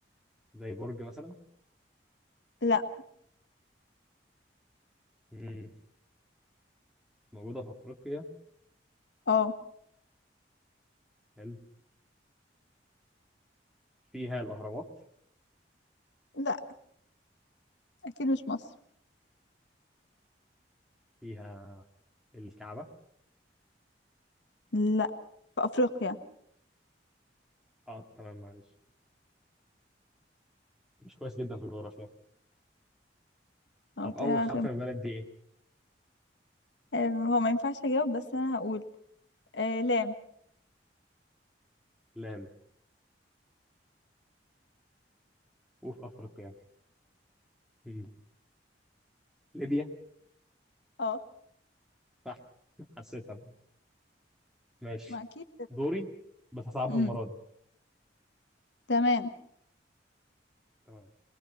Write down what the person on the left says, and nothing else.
لا
اه
لا اكيد مش مصر
لا في افريقيا
أو
تاخد-
آه، هو ما ينفعش اجاوب بس انا هقول آه لام
اه
ما اكيد
امم
تمام